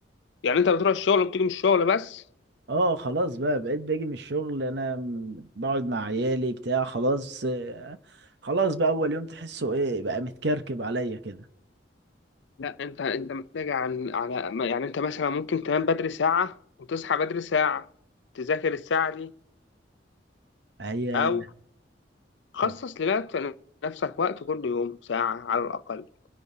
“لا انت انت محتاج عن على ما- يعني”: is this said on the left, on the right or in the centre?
Left